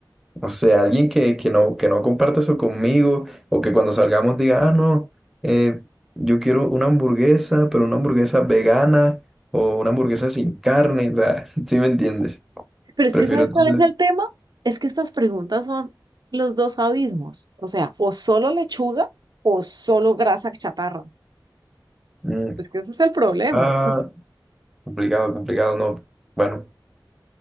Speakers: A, in the centre; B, on the right.
A: no sé, alguien que, que no, que no comparte eso conmigo o que cuando salgamos diga, ah, no, eh, yo quiero una hamburguesa, pero una hamburguesa vegana o una hamburguesa sin carne. O sea, <laughs> ¿sí me entiendes?
B: Pero es
A: Prefiero
B: que ¿sabes
A: entonces
B: cuál es el tema? Es que estas preguntas son los dos abismos. O sea, o solo lechuga o solo grasa chatarra.
A: Mm,
B: Es que ese es el problema.
A: Ah, complicado, complicado, no. Bueno,